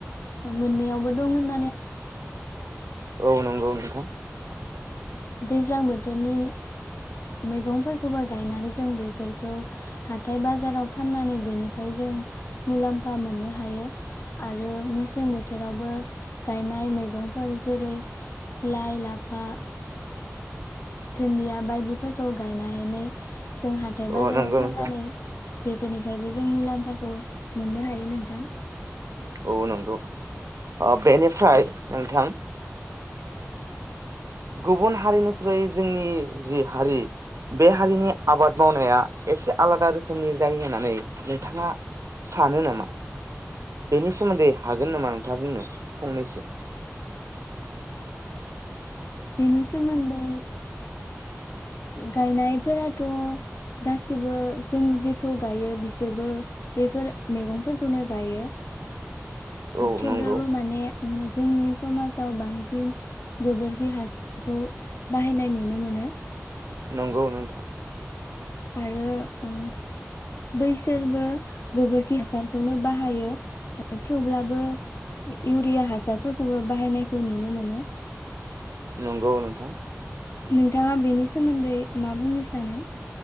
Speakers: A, on the left; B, on the right.
A: मोननैयावबो दं होन
B: औ नंगौ नोंथां
A: दैज्लां बोथोरनि मैगंफोरखौबो गायनानै जों बेफोरखौ हाथाय बाजाराव फाननानै बेनिफ्राय जों मुलाम्फा मोननो हायो आरो मेसें बोथोर थोरावबो गायनाय मैगंफोर जेरै लाइ लाफा दुदिया बायदिफोरखौ गायनानै जों हाथाय
B: औ
A: बाजाराव
B: नंगौ
A: फाननानै
B: नोंथां
A: बेफोरनिफ्रायबो जों मुलाम्फाखौ मोननो हायो नोंथां।
B: औ नंगौ। बेनिफ्राय नोंथां गुबुन हारिनिख्रुइ जोंनि जि हारि बे हारिनि आबाद मावनाया एसे आलादा रोखोमनि जायो होननानै नोंथाङा सानो नामा? बेनि सोमोन्दै हागोन नामा नोंथाङा बुंनो फंनैसो।
A: बिनि सोमोन्दै गायनायफोराथ' गासिबो जों जेखौ गायो बिसोरबो बेफोर मैगंफोरखौनो गायो
B: औ
A: थेवब्लाबो
B: नंगौ
A: माने जोंनि समाजाव बां सिन गोबोर खि हासारखौ बाहायनाय नुनो मोनो।
B: नंगौ नोंथां।
A: आरो बैसोरबो गोबोरखि हासारखौनो बाहायो थेवब्लाबो इउरिया हासारफोरखौबो बाहायनायखौ नुनो मोनो।
B: नंगौ नोंथां
A: नोंथाङा बेनि सोमोन्दै मा बुंनो सानो?